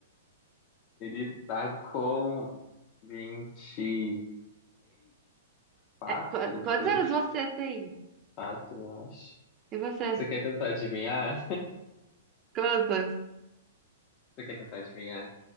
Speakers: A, on the left (about 40°); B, on the right (about 30°).
A: Ele tá com 23, 4,
B: É, qu- quantos
A: 3,
B: anos você tem?
A: 4, eu acho.
B: E você?
A: Você quer tentar adivinhar?
B: Quantos?
A: Você quer tentar adivinhar?